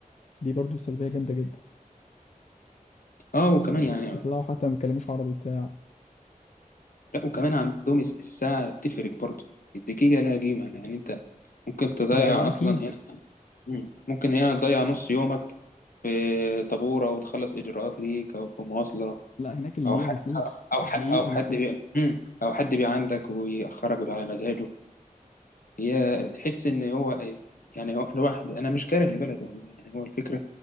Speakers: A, on the left (about 55°); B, on the left (about 75°).
A: دي برضو سلبية جامدة جدا
B: اه وكمان
A: آه،
B: يعني
A: يطلعوا حتى ما بيتكلموش عربي بتاع
B: لا وكمان عندهم الس- الساعه بتفرق برضه الدقيقه لها قيمه يعني انت ممكن تضيع
A: ده ده اكيد
B: اصلا مم. ممكن هنا تضيع نص يومك في طابور او تخلص اجراءات ليك او في مواصله
A: لا هناك الدقيقة
B: او حد
A: بفلوس
B: او
A: دقيقة
B: حد او حد
A: بفلوس
B: بي... مم. او حد بي عندك ويأخرك بقى على مزاجه هي تحس ان هو إيه، يعني هو الواحد انا مش كاره لبلده والله يعني هو الفكره